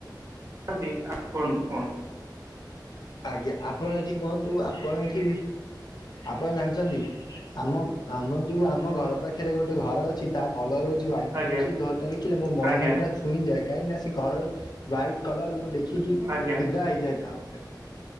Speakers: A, on the right; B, on the left.
A: ଆନ୍ତ <unintelligible> କୁହନ୍ତୁ
B: ଆଜ୍ଞା ଆପଣ ଏଠି କୁହନ୍ତୁ ଆପଣ ଏଠି। ଆପଣ ଜାଣିଛନ୍ତି ଆମ ଆମ ଯୋଉ ଆମ ଘର ପାଖରେ ଗୋଟେ ଘର ଅଛି ତା। କଲର ହଉଛି ହ୍ୱାଇଟ
A: ଆଜ୍ଞା
B: ମୁଁ ସେଇ ଘରଟା ଦେଖିଲେ ମୋ ମନ
A: ଆଜ୍ଞା
B: ପୁରା। ଛୁଇଁ ଯାଏ କାହିଁକି ନା ସେ ଘର ହ୍ୱାଇଟ୍ କଲର ମୁଁ ଦେଖିକି
A: ଆଜ୍ଞା
B: ଫିଦା ହେଇଯାଏ ତା ଉପରେ।